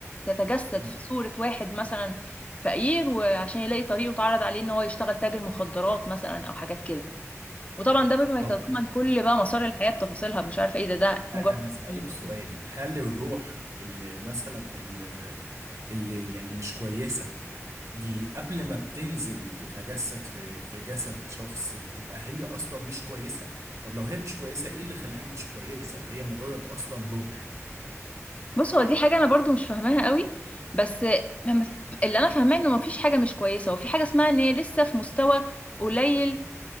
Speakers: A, on the left; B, on the right.
A: هتتجسد
B: مم.
A: في صورة واحد مثلا فقير وعشان يلاقي طريقه وتعرض عليه إن هو يشتغل تاجر مخدرات مثلا أو حاجات كده وطبعا ده بما
B: طب
A: يتضمن كل بقى مسار الحياة بتفاصيلها مش عارفة إيه ده ده
B: أنا
A: مجرد
B: هسألك
A: البسيط
B: سؤال هل الروح اللي مثلا اللي, اللي يعني مش كويسة دي قبل ما بتنزل تتجسد في في جسد شخص بتبقى هي أصلا مش كويسة طب لو هي مش كويسة إيه اللي خلاها مش كويسة وهي مجرد أصلا روح
A: بص هو دي حاجة أنا برضو مش فاهماها قوي بس مم- اللي أنا فاهماه إنه مفيش حاجة مش كويسة وفي حاجة اسمها إن هي لسه في مستوى قليل